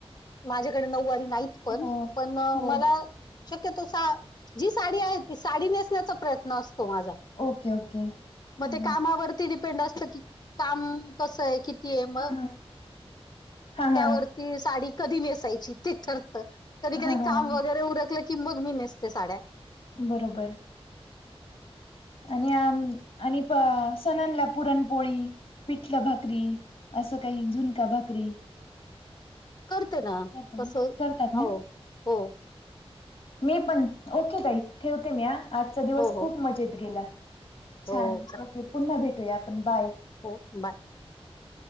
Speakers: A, on the left (about 40°); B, on the left (about 65°).
A: माझ्याकडे नऊवारी नाहीत पण
B: हो
A: पण
B: हो
A: मला शक्यतो सा जी साडी आहे ती साडी नेसण्याचा प्रयत्न असतो माझा
B: ओके ओके
A: मग
B: हा
A: ते कामावरती डिपेंड असत की काम कसं आहे कि क मग
B: हा हा हा
A: त्यावरती
B: हा
A: साडी कधी नेसायची ते ठरत. कधी कधी
B: हा हा
A: काम वगैरे उरलं की मग मी नेसते साड्या
B: बरोबर आणि आणि प सणनला पुरणपोळी पिठलं भाकरी असं काही जुनका भाकरी
A: करते ना
B: करता ना
A: तसं
B: करतात
A: हो
B: ना
A: हो
B: मी पण ओके ताई ठेवते मी ह आजचा दिवस
A: हो हो
B: खूप म जेत गेला
A: हो
B: छान
A: चालेल
B: ओके पुन्हा भेटूया आपण बाय.
A: हो बाय